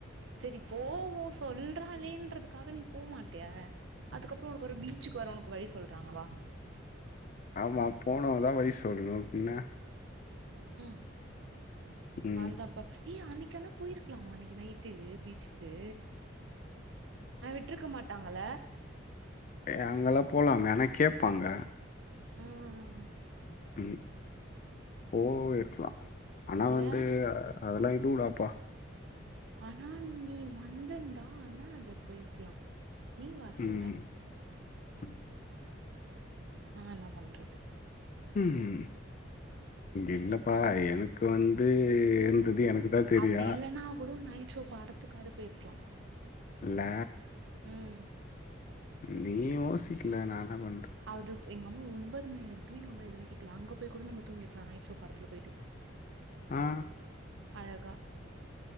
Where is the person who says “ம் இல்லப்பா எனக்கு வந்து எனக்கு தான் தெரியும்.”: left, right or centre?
Left